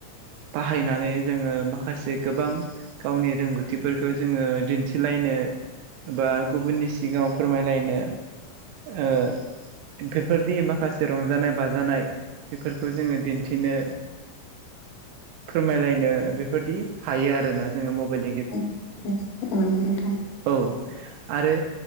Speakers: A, on the right; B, on the left.
A: बाहायनानै जोङो माखासे गोबां गावनि रोंगौथिफोरखौ जोङो दिन्थिलायनो बा गुबुननि सिगाङाव फोरमायलायनो ओ बेफोरदि माखासे रंजानाय बाजानाय बेफोरखौ जोङो दिन्थिनो फोरमायलायनो बेफोरदि हायो आरोना जोङो मबेइल
B: <unintelligible> औ नोंथां
A: औ आरो